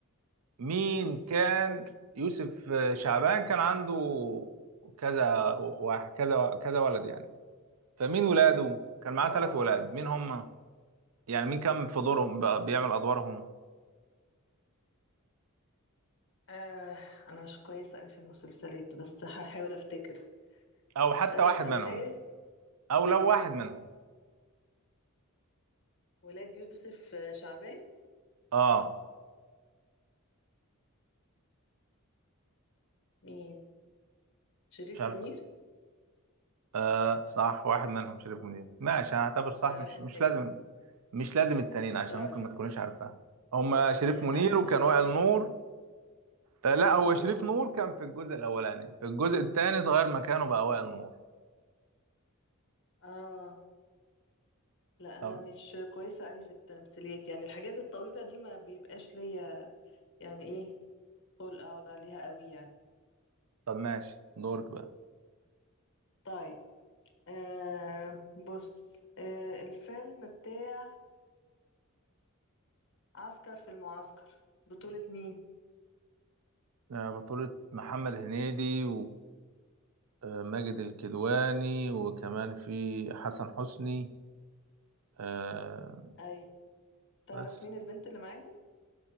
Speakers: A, on the right; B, on the left.
A: مين كان يوسف آه، شعبان كان عنده كذا واحد كذا كذا ولد يعني فمين ولاده كان معاه
B: اه
A: ثلاث ولاد مين هم يعني مين كان في دورهم ب- بيعمل أدوارهم
B: آه انا مش كويسه قوي في المسلسلات بس هحاول افتكر
A: أو حتى
B: ثلاث
A: واحد
B: اولاد
A: منهم أو لو واحد منهم
B: ولاد يوسف آه، شعبان
A: اه
B: مين شريف
A: مش عارف
B: منير
A: آه صح واحد منهم شريف منير ماشي هعتبر صح
B: ده
A: مش
B: واحد
A: مش
B: منهم
A: لازم مش لازم التانيين عشان
B: طيب
A: ممكن ما تكونيش عارفاهم هما شريف منير
B: انا اللي
A: وكان
B: فاكراه
A: وائل نور
B: ده
A: آه لا هو
B: اه
A: شريف نور كان في الجزء الاولاني في الجزء الثاني اتغير مكانه بقى وائل نور
B: اه لا
A: طب
B: انا مش كويسه قوي في التمثيليات يعني الحاجات الطويله دي ما بيبقاش ليا يعني ايه قول اقعد عليها قوي يعني
A: طب ماشي دورك بقى
B: طيب آه بص آه الفيلم بتاع عسكر في المعسكر بطولة مين؟
A: آه، بطولة محمد هنيدي وماجد الكدواني وكمان في حسن حسني آه،
B: أي تعرف
A: بس
B: مين البنت اللي معاهم؟